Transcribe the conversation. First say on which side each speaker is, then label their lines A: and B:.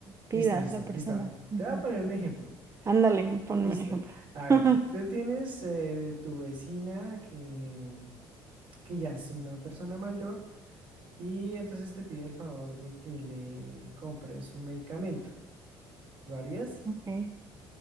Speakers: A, on the right; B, on the right.
A: pida
B: Listo, listo,
A: la
B: listo.
A: persona. Ujú.
B: Te voy a poner un ejemplo.
A: Ándale, ponme
B: Listo.
A: un ejemplo.
B: A ver,
A: <laughs>
B: tú, tú tienes eh, tu vecina que, que ya es una persona mayor Y entonces te pide el favor de que le compres un medicamento. ¿Lo harías?
A: Ok,